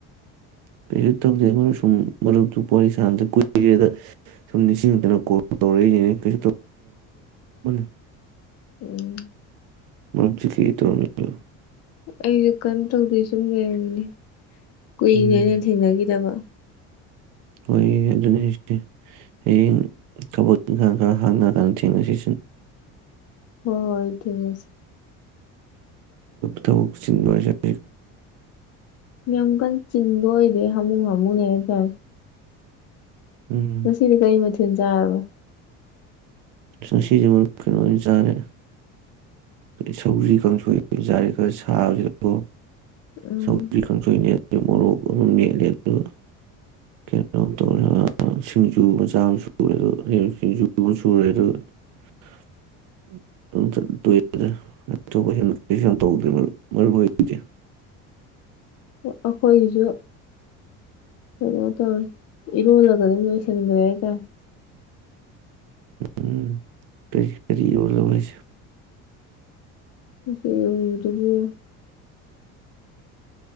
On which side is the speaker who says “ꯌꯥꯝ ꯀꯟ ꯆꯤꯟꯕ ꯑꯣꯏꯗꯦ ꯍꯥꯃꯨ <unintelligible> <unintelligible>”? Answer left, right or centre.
Left